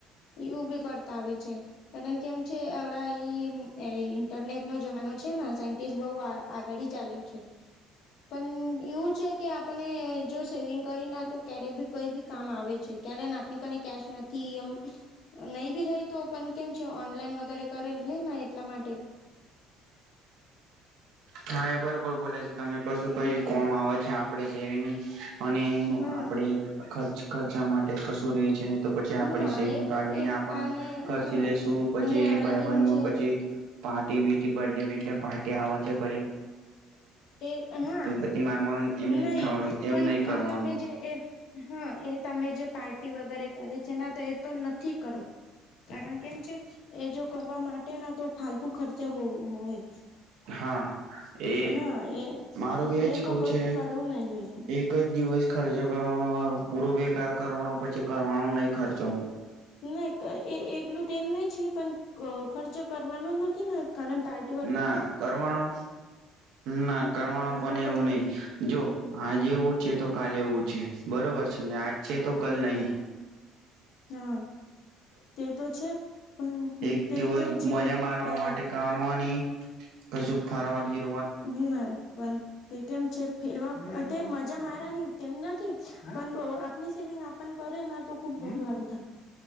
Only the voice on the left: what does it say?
એ ઉ બી કરતા આવે છે. કારણ કે એમ છે આવડા ઈ ઇન્ટરનેટ નો જમાનો છે સાયન્ટિસ્ટ બહ આ આગાડી ચાલ્યું છે પણ એવું છે કે આપણે જો સેવિંગ કરી ના તો ક્યારે બી કોઈ બી કામ આવે છે ક્યારે આપની કને કેશ નથી એમ નહી બી રહી તો પણ કેમ છે ઓનલાઈન વગેરે કરેલ રહે એટલા માટે.
હા
હા
હા
એ
એ અને
હા
અને આવડા
કેમ
છે
એ હા
નહી
પણ
તમે જે એ હા એ તમે જે પાર્ટી વગેરે કરે છે તો એ તો નથી કરો કારણ કેમ છે એ જો કરવા માટે ના તો ફાલતુ ખર્ચે હો હોય.
હા એ
એ તો
કશું
કરવું નાહી જોય જે.
નય એ એટલું તો એમ ના છે પણ ખર્ચ કરવાનો નથી કારણ પાર્ટ
ફાલતુ
ખર્ચ
હા
હા તે તો છે પણ
તે
કેમ છે
અ
હમ્મ <unintelligible> તે કેમ છે ફેરવા તે મજા મારાની તેમ નથી પણ આપની સેવિંગ આપ પણ કરે ના તો ખુબ બહુ હારું થાય.